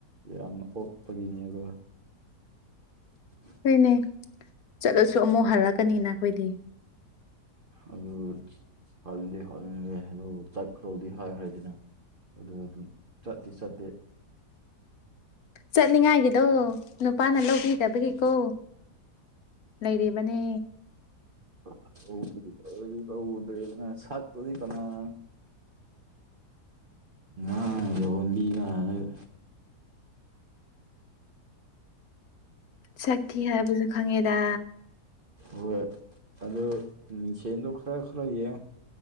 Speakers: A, on the right; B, on the left.
A: ꯌꯥꯝꯅ ꯑꯣꯛꯄꯒꯤꯅꯦꯕ <unintelligible>
B: ꯍꯣꯏꯅꯦ ꯆꯠꯂꯁꯨ ꯑꯃꯨꯛ ꯍꯜꯂꯛꯀꯅꯤꯅ ꯈꯣꯏꯗꯤ
A: ꯑꯗꯨꯕꯨ ꯍꯟꯗꯤ ꯍꯟꯂꯦ ꯗꯨ ꯆꯠꯈ꯭ꯔꯣꯗꯤ ꯍꯥꯏꯈ꯭ꯔꯦꯗꯅ ꯑꯗꯨ ꯑꯗꯨꯝ ꯆꯠꯇꯤ ꯆꯠꯇꯦ
B: ꯆꯠꯅꯤꯡꯉꯥꯏꯒꯤꯗꯣ ꯅꯨꯄꯥꯅ ꯂꯧꯕꯤꯗꯕꯒꯤꯀꯣ ꯂꯩꯔꯤꯕꯅꯦ
A: <unintelligible> ꯁꯛꯇꯨꯗꯤ ꯀꯅꯥꯅ ꯉꯥ ꯌꯣꯟꯕꯤ ꯃꯥꯜꯂꯒ
B: ꯁꯛ ꯊꯤ ꯍꯥꯏꯕꯁꯨ ꯈꯪꯉꯦꯗ
A: ꯍꯣꯏ ꯑꯗꯣ ꯃꯤꯡꯁꯦꯜꯗꯣ ꯈꯔ ꯈꯔ ꯌꯦꯡꯉꯣ